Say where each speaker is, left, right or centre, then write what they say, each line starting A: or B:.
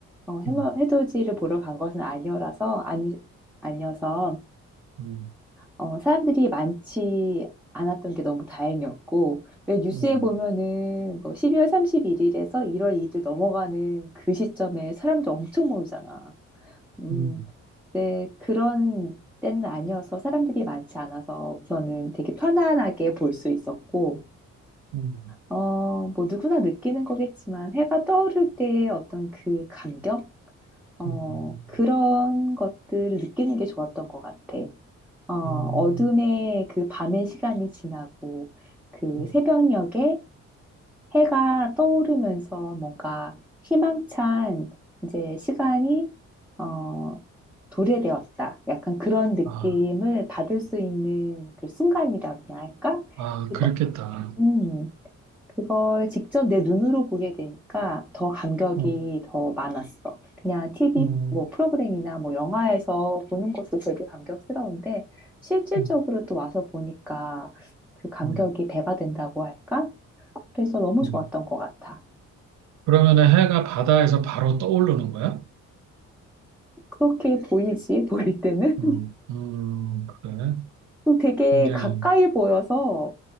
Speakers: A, in the centre; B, on the right (about 70°).
A: 어, 해머-
B: 음,
A: 해돋이를 보러 간 것은 아니어라서 아니 아니어서
B: 음,
A: 어, 사람들이 많지 않았던 게 너무 다행이었고 왜 뉴스에
B: 음,
A: 보면은 뭐 12월 31일에서 1월 2일 넘어가는 그 시점에 사람들 엄청 모이잖아. 음.
B: 음,
A: 네, 그런 때는 아니어서 사람들이 많지 않아서 우선은 되게 편안하게 볼 수 있었고,
B: 음,
A: 어, 뭐 누구나 느끼는 거겠지만 해가 떠오를 때의 어떤 그 감격? 어,
B: 음, 음,
A: 그런 것들을 느끼는 게 좋았던 것 같아. 어, 어둠의
B: 음,
A: 그 밤의 시간이 지나고, 그
B: 음.
A: 새벽녘에 해가 떠오르면서 뭔가 희망찬 이제 시간이 어, 도래되었다. 약간 그런 느낌을
B: 아,
A: 받을 수 있는 그 순간이라고나 할까?
B: 아,
A: 그거,
B: 그렇겠다
A: 음. 그걸 직접 내 눈으로 보게 되니까 더 감격이
B: 음,
A: 더 많았어. 그냥 TV
B: 음,
A: 뭐 프로그램이나 뭐 영화에서 보는 것도 되게 감격스러운데 실질적으로
B: 음,
A: 또 와서 보니까 그 감격이
B: 음,
A: 배가 된다고 할까? 그래서 너무
B: 음.
A: 좋았던 것 같아.
B: 그러면은 해가 바다에서 바로 떠오르는 거야?
A: 그렇게 보이지, <laughs> 보일 때는?
B: 음, 음, 그래.
A: 되게
B: 굉장히,
A: 가까이 보여서